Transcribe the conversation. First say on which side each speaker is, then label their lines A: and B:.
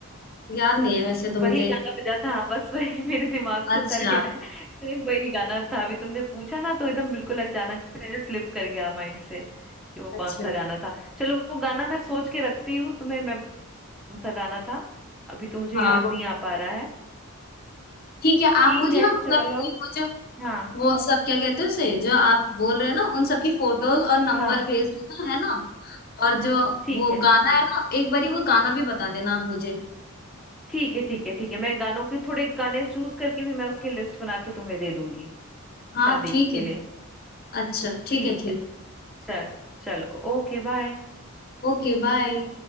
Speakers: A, on the left; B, in the centre.
A: याद नहीं है वैसे तो मुझे
B: वही गाना बजा था हाँ बस वही <laughs> मेरे दिमाग
A: अच्छा
B: से उतर गया है सेम वही गाना था अभी तुमने पूछा ना तो एकदम बिल्कुल अचानक से स्लिप कर गया माइंड से कि वो कौन
A: अच्छा
B: सा गाना था चलो वो गाना मैं सोच के रखती हूँ तुम्हें मैं कौन सा गाना था अभी तो मुझे
A: हाँ
B: याद नहीं आ पा रहा है
A: ठीक है आप
B: ठीक
A: मुझे
B: है
A: ना मतलब
B: चलो
A: कि वो जो
B: हाँ
A: वो सब क्या कहते हैं उसे जो आप बोल रहे हैं ना उन सबकी फोटोज और नंबर
B: हाँ
A: भेज देना है ना और जो
B: ठीक
A: वो
B: है
A: गाना
B: ठीक है
A: है ना एक बारी वो गाना भी बता देना आप मुझे
B: ठीक है ठीक है ठीक है मैं गानों के थोड़े गाने चूज करके भी मैं उसकी लिस्ट बना के तुम्हें दे दूंगी
A: हाँ
B: शादी
A: ठीक
B: के
A: है
B: लिए
A: अच्छा ठीक
B: ठीक
A: है ठीक
B: है चल चलो ओके बाय
A: Okay bye